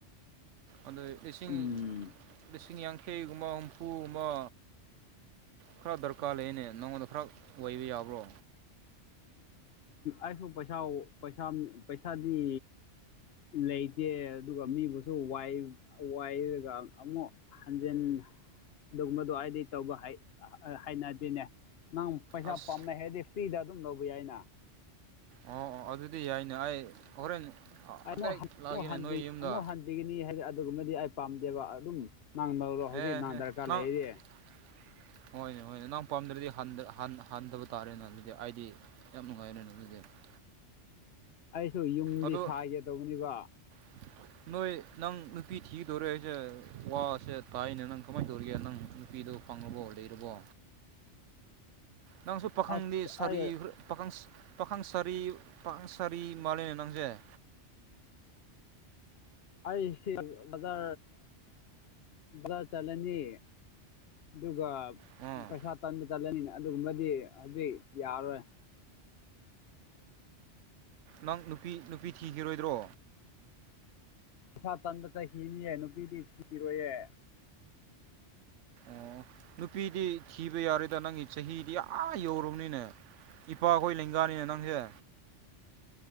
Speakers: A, on the right (about 80°); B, on the left (about 60°).
A: ꯑꯗꯩ ꯂꯤꯁꯤꯡ
B: ꯎꯝ
A: ꯂꯤꯁꯤꯡ ꯌꯥꯡꯈꯩꯒꯨꯝꯕ ꯍꯨꯝꯐꯨꯒꯨꯝ ꯃ ꯈꯔ ꯗꯔꯀꯥꯔ ꯂꯩꯅꯦ ꯅꯪꯉꯣꯟꯗ ꯈꯔ ꯑꯣꯏꯕ ꯌꯥꯕ꯭ꯔꯣ
B: ꯑꯩꯁꯨ ꯄꯩꯁꯥ ꯄꯩꯁꯥ ꯄꯩꯁꯥꯗꯤ ꯂꯩꯇꯦ ꯑꯗꯨꯒ ꯃꯤꯕꯨꯁꯨ ꯋꯥꯏ ꯋꯥꯏꯔꯒ ꯑꯃꯨꯛ ꯍꯟꯖꯤꯟ ꯑꯗꯨꯒꯨꯝꯕꯗꯣ ꯑꯩꯗꯤ ꯇꯧꯕ ꯍꯩ ꯍꯩꯅꯗꯦꯅꯦ ꯅꯪ ꯄꯩꯁꯥ
A: ꯑꯁ
B: ꯄꯥꯝꯃꯩ ꯍꯥꯏꯗꯤ ꯐ꯭ꯔꯤꯗ ꯑꯗꯨꯝ ꯂꯧꯕ ꯌꯥꯏꯅ
A: ꯑꯣ ꯑꯣ ꯑꯗꯨꯗꯤ ꯌꯥꯏꯅꯦ ꯑꯩ ꯍꯣꯔꯦꯟ
B: ꯑꯩ
A: ꯑꯗꯥꯔꯦꯛ
B: ꯑꯃꯨꯛ
A: ꯂꯥꯛꯑꯒꯦꯅꯦ
B: ꯑꯃꯨꯛ ꯍꯟꯕꯤ
A: ꯅꯣꯏ ꯌꯨꯝꯗ
B: ꯑꯃꯨꯛ ꯍꯟꯕꯤꯒꯅꯤ ꯍꯥꯏꯗꯤ ꯑꯗꯨꯒꯨꯝꯕꯗꯤ ꯑꯩ ꯄꯥꯝꯗꯦꯕ ꯑꯗꯨꯝ ꯅꯥꯡ ꯅꯔꯣ ꯍꯧꯖꯤꯛ
A: ꯑꯦ ꯑꯦ
B: ꯗꯔꯀꯥꯔ
A: ꯅꯪ
B: ꯂꯩꯔꯦ
A: <unintelligible> ꯍꯣꯏꯅꯦ ꯍꯣꯏꯅꯦ ꯅꯪ ꯄꯥꯝꯗ꯭ꯔꯗꯤ ꯍꯟꯗ ꯍꯟ ꯍꯟꯗꯕ ꯇꯥꯔꯦꯅ ꯑꯗꯨꯗꯤ ꯑꯩꯗꯤ ꯌꯥꯝ ꯅꯨꯡꯉꯥꯏꯔꯦꯅꯦ ꯑꯗꯨꯗꯤ <unintelligible>
B: ꯑꯩꯁꯨ ꯌꯨꯝꯗꯤ
A: ꯑꯗꯣ
B: ꯁꯥꯥꯏꯒꯦꯗꯧꯕꯅꯤꯕ
A: <unintelligible> ꯅꯣꯏ ꯅꯪ ꯅꯨꯄꯤ ꯊꯤꯒꯗꯧꯔꯦ ꯑꯩꯁꯦ ꯋꯥꯁꯦ ꯇꯥꯏꯅꯦ ꯅꯪ ꯀꯃꯥꯏꯅ ꯇꯧꯔꯤꯒꯦ ꯅꯪ ꯅꯨꯄꯤꯗꯣ ꯄꯡꯉꯕꯣ ꯂꯩꯔꯕꯣ ꯅꯪꯁꯨ ꯄꯥꯈꯪꯗꯤ
B: ꯑꯁ
A: ꯁꯥꯔꯤ
B: ꯑꯩ
A: ꯄꯥꯈꯪ ꯄꯥꯈꯪ ꯁꯔꯤ ꯄꯥꯈꯪꯁꯔꯤ ꯃꯥꯂꯅꯦ ꯅꯪꯖꯩ
B: ꯑꯩ ꯁꯤꯖ ꯆ ꯚ ꯆꯠꯂꯅꯤ ꯑꯗꯨꯒ
A: ꯑꯥ
B: ꯄꯩꯁꯥ ꯇꯟꯕ ꯆꯠꯂꯅꯤꯅ ꯑꯗꯨꯒꯨꯝꯕꯗꯤ ꯍꯧꯖꯤꯛ ꯌꯥꯔꯣꯏ
A: ꯅꯪ ꯅꯨꯄꯤ ꯅꯨꯄꯤ ꯊꯤꯈꯤꯔꯣꯏꯗ꯭ꯔꯣ
B: ꯏꯁꯁꯥ ꯇꯟꯥꯟꯕꯗ ꯆꯍꯤꯅꯤꯌꯦ ꯅꯨꯄꯤꯗꯤ ꯊꯤꯔꯣꯏꯌꯦ
A: ꯑꯣ ꯅꯨꯄꯤꯗꯤ ꯊꯤꯕ ꯌꯥꯔꯣꯏꯗ ꯅꯪꯒꯤ ꯆꯍꯤꯗꯤ ꯑꯥ ꯌꯧꯔꯝꯅꯤꯅꯦ ꯏꯄꯥ ꯑꯩꯈꯣꯏ ꯂꯦꯡꯒꯥꯅꯤꯅꯦ ꯅꯪꯁꯦ